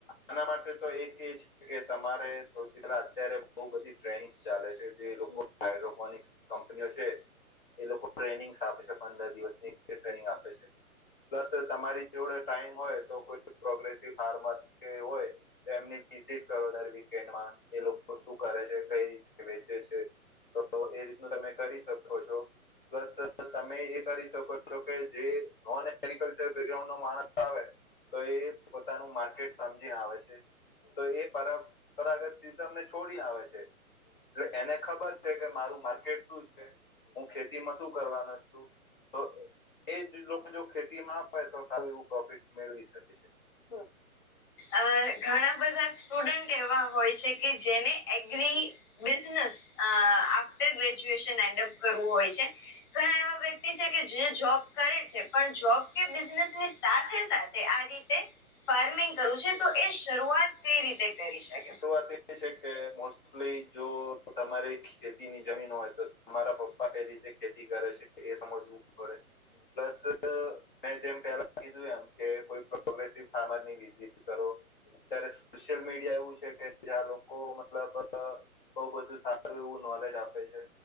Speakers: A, on the left; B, on the left.
A: આના માટે તો એક એજ કે તમારે સૌથી પહેલા અત્યારે બહુ બધી ટ્રેન્ડસ ચાલે છે, જે લોકો હાઈડ્રોકોનિક્સ કંપનીઓ છે, એ લોકો ટ્રેનિંગ્સ આપે છે, પંદર દિવસની <inaudible> ટ્રેનિંગ આપે છે. પ્લસ તમારી જોડે ટાઈમ હોય તો કોઈ પ્રોગ્રેસિવ ફાર્મર કે હોય તો એમની વિઝિટ કરો દર વીકેન્ડમાં, એ લોકો શું કરે છે, કઈ રીતે વેચે છે. તો એ રીતનું તમે કરી શકો છો. પ્લસ તમે એ કરી શકો છો કે જે નોન એગ્રીકલ્ચર બેકગ્રાઉન્ડનો માણસ આવે તો એ પોતાનું માર્કેટ સમજીને આવે છે. તો એ <unintelligible> છોડીને આવે છે. એટલે એને ખબર છે કે મારું માર્કેટ શું છે, હું ખેતીમાં શું કરવાનો છું તો એ જ લોકો જો ખેતીમાં આવેે તો સારું એવું પ્રોફિટ મેળવી શકે છે. બર
B: અહ ઘણા બધા સ્ટુડન્ટ એવા હોય છે કે જેને agri business uh after graduation adopt કરવું હોય છે ઘણા એવા વ્યક્તિ છે કે જે જોબ કરે છે, પણ જોબ કે બિઝનેસની સાથે-સાથે આ રીતે ફાર્મિંગ કરવું છે, તો એ શરૂઆત કઈ રીતે કરી શક
A: <unintelligible> એ છે કે મોસ્ટલી જો તમારી ખેતીની જમીન હોય તો તમારા પપ્પા કઈ રીતે ખેતી કરે છે એ સમજવું પડે. પ્લસ મેં જેમ પેલા કીધું એમ કે કોઈ પ્રોગ્રેસિવ ફાર્મર ની વિઝિટ કરો. અત્યારે સોશિયલ મીડિયા એવું છ છે કે જ્યાં લોકો મતલબ અહ બહું બધું સારું એવું નોલેજ આપે છે.